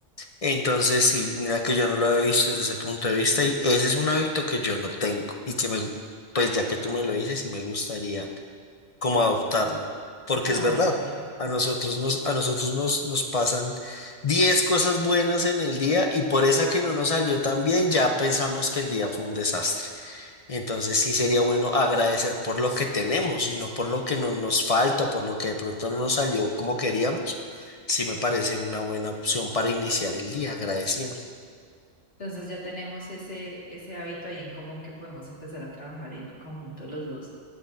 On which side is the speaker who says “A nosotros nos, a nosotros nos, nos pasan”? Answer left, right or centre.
Left